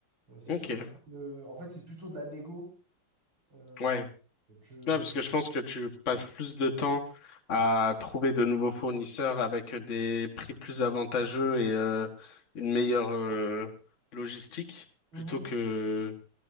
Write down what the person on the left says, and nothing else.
Ok,
ouais.
Ouais, parce que je pense que tu passes plus de temps à trouver de nouveaux fournisseurs avec des prix plus avantageux et euh, une meilleure euh, logistique
plutôt que